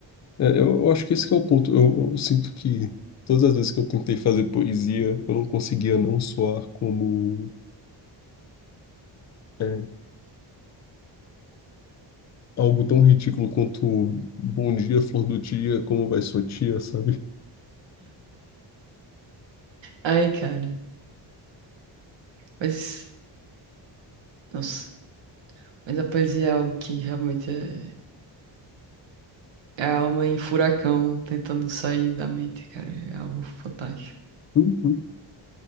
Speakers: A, on the left; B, on the right.
A: É, eu, eu acho que esse que é o ponto. Eu, eu sinto que todas as vezes que eu tentei fazer poesia, eu não conseguia não soar como é, algo tão ridículo quanto Bom dia, flor do dia, como vai sua tia, sabe?
B: Ai, cara. Mas, nossa. Mas a poesia é algo que realmente é, é a alma em furacão tentando sair da mente, cara. É algo fantástico.
A: Uhum,